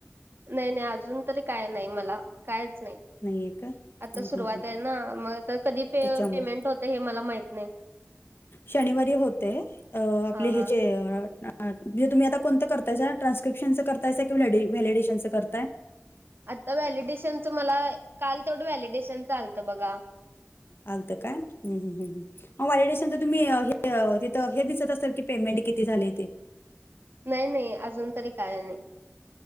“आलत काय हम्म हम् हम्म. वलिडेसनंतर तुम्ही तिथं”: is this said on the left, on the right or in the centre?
Left